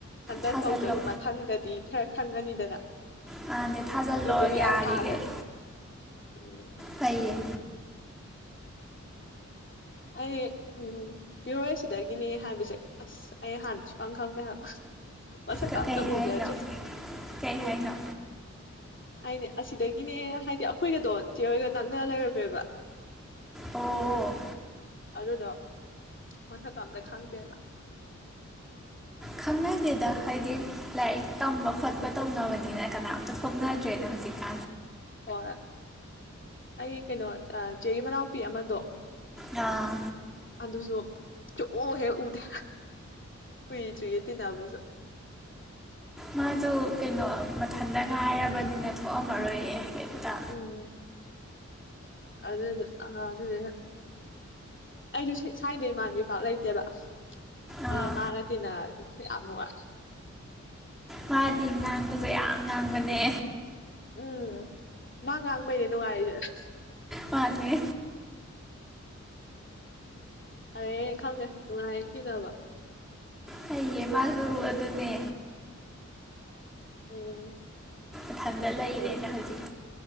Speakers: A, on the left (about 40°); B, in the centre.
A: ꯍꯟꯗꯛ
B: ꯊꯥꯖꯤꯜꯂꯣ
A: ꯇꯧꯗ꯭ꯔꯁꯨ ꯃꯊꯪ ꯈꯟꯗꯗꯤ ꯈꯔ ꯈꯪꯉꯅꯤꯗꯅ
B: ꯃꯥꯅꯦ ꯊꯥꯖꯤꯜꯂꯣ
A: ꯑꯗꯨꯗꯨꯒꯤ
B: ꯌꯥꯔꯤꯈꯩ
A: ꯑꯁꯥꯗꯅꯤ ꯎꯝ
B: ꯐꯩꯌꯦ
A: ꯑꯩ ꯎꯝ <unintelligible> ꯍꯥꯏꯕꯁꯦ ꯑꯩ ꯍꯥꯟꯅ ꯁꯨꯈꯪ ꯈꯪꯗꯦ ꯍꯥꯏꯕ ꯃꯁꯛꯀ
B: ꯀ-
A: ꯑꯝꯇ
B: ꯀꯩ ꯍꯥꯏꯅꯣ
A: ꯎꯖꯗ꯭ꯔꯤ
B: ꯀꯩ ꯍꯥꯏꯅꯣ
A: ꯑꯩꯅꯦ ꯑꯁꯤꯗꯒꯤꯅꯦ ꯍꯥꯏꯗꯤ ꯑꯩꯈꯣꯏꯒꯗꯣ ꯆꯦꯍꯣꯌꯒ ꯅꯛꯅ ꯂꯩꯔꯝꯃꯦꯕ
B: ꯑꯣ ꯑꯣ
A: ꯑꯗꯨꯗꯣ ꯃꯁꯛꯀ ꯑꯝꯇ ꯈꯪꯗꯦꯕ
B: ꯈꯪꯅꯗꯦꯗ ꯍꯥꯏꯗꯤ ꯂꯥꯏꯔꯤꯛ ꯇꯝꯕ ꯈꯣꯠꯄ ꯇꯧꯅꯕꯅꯤꯅ ꯀꯅꯥꯝꯇ ꯊꯣꯛꯅꯗ꯭ꯔꯦꯅ ꯍꯧꯖꯤꯛꯇꯤ
A: ꯍꯣꯏ ꯑꯩ ꯀꯩꯅꯣ ꯆꯦꯒꯤ ꯃꯅꯥꯎꯄꯤ ꯑꯃꯗꯣ
B: ꯑꯥ
A: ꯑꯗꯨꯁꯨ ꯁꯨꯛꯎ ꯍꯦꯛ ꯎꯗꯦ ꯀꯨꯏꯗ꯭ꯔꯤꯌꯦ ꯇꯤꯟꯅꯕꯁꯨ
B: ꯃꯣꯏꯖꯨ ꯀꯩꯅꯣ ꯃꯊꯟꯇ ꯉꯥꯏꯔꯕꯅꯤꯅ ꯊꯣꯛꯑꯝꯃꯔꯣꯏꯌꯦ ꯀꯩꯝꯇ
A: ꯎꯨꯝ ꯑꯗꯨꯗꯨ ꯑ ꯑꯗꯨꯗꯨꯅ ꯑꯩꯁꯨ ꯁ꯭ꯋꯥꯏꯗꯩ ꯏꯃꯥꯟꯕꯤ ꯄꯥꯛ ꯂꯩꯇꯦꯕ
B: ꯑꯥ
A: ꯑꯗ ꯃꯥꯒ ꯇꯤꯟꯅꯔ ꯑꯗꯨꯝ ꯌꯥꯝ ꯅꯨꯡꯉꯥꯏ
B: ꯃꯥꯗꯤ ꯉꯥꯡꯕꯁꯨ ꯌꯥꯝ ꯉꯥꯡꯕꯅꯦ
A: ꯎꯝ ꯃꯥ ꯉꯥꯡꯕꯩꯅꯦ ꯅꯨꯡꯉꯥꯏꯔꯤꯁꯦ
B: ꯃꯥꯥꯟꯅꯦ
A: ꯑꯗꯩ ꯈꯪꯗꯦ ꯅꯨꯡꯉꯥꯏꯅ ꯇꯤꯅꯕ
B: ꯐꯩꯌꯦ ꯃꯥꯁꯨ ꯑꯗꯨꯅꯦ
A: ꯎꯝ
B: ꯏꯊꯟꯗ ꯂꯩꯔꯦꯅ ꯍꯧꯖꯤꯛ